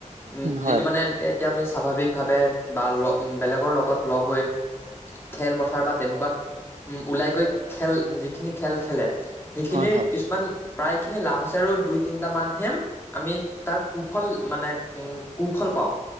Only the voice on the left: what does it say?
উম
যিটো মানে এনেকে এতিয়া আমি স্বাভাৱিকভাৱে, বা বেলেগৰ লগত লগ হৈ, খেল পথাৰ বা তেনেকুৱাত, উম উ ওলাই গৈ খেল যিখিনি খেল খেলে। সেইখিনিৰ
কিছুমান প্ৰায়খিনি লাভ আছে আৰু দুই তিনিটা মান হে আমি তাৰ কুফল মানে, উম কুফল পাওঁ।